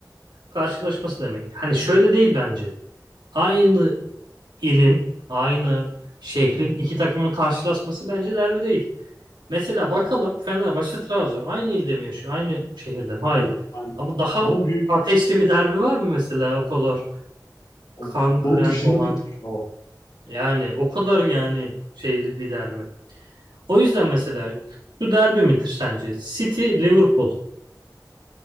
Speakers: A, on the right; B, on the left.
A: karşılaşması demek. Hani şöyle değil bence. Aynı ilin, aynı şehrin iki takımın karşılaşması bence derbi değil. Mesela bakalım Fenerbahçe Trabzon aynı ilde mi yaşıyor? Aynı şehirde mi? Hayır.
B: Hayır, aynı.
A: Ama daha
B: Ama büyük
A: ateşli bir derbi var mı mesela o kadar
B: O
A: kan
B: futbolun
A: kıran
B: dışına
A: olan?
B: da çıkıyor. o.
A: Yani o kadar yani şeyli bir derbi. O yüzden mesela şu derbi midir sence? City Liverpool.